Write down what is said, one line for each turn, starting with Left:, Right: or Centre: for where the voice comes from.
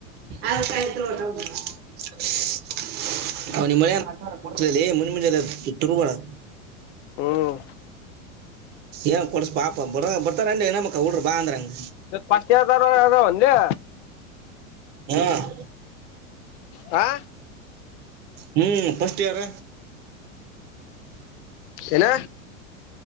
Right: ಆ ಕಾಯತ್ <unintelligible> ಹ ಅವ್ನಮ್ಮ ಮಳ ಆ ಕೊ ಮುಂಮಂಜ ತುರ್ಬೋ <unintelligible>
Left: ಹ್ಮ್
Right: ಏನ್ ಕೊಡ್ಸಾಪ ಬ ಬರ್ತಾರ ಇನಮ್ಮಕ್ಕ ಹುಡರ ಬಾ ಅಂದ್ರಂಗ
Left: ಪಸ್ಟ ಇಯಾರದ್ ಅದಾವ್ ಎನ್ ಲೇ.
Right: ಹ್ಮ್.
Left: ಹಾ.
Right: ಹ್ಮ್, ಫಸ್ಟ್ ಇಯರ್
Left: ಏನ?